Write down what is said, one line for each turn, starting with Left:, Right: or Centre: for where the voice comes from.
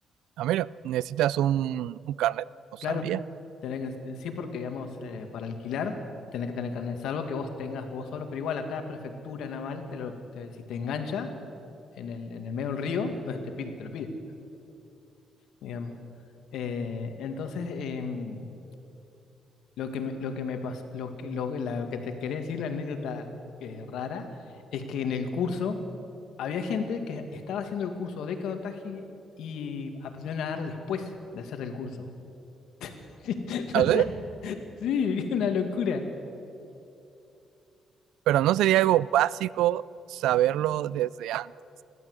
Right: Ah, mira, necesitas un, un carnet, no
Left: Claro,
Right: sabía.
Left: tenés que- eh, sí, porque, digamos, eh, para alquilar tenés que tener carnet, salvo que vos tengas vos solo, pero igual acá prefectura naval, te lo, te- si te engancha en el, en el medio del río, <laughs> te, pide- te lo pide, digamos. Eh, entonces, em, Lo que me, lo que me pasó, lo que, lo, la- lo que te quería decir, la anécdota eh, rara, es que en el curso había gente que estaba haciendo el curso de canotaje y aprendió a nadar después de hacer el curso. <laughs>
Right: A
Left: O
Right: ver,
Left: sea, sí, una locura.
Right: pero no sería algo básico saberlo desde antes.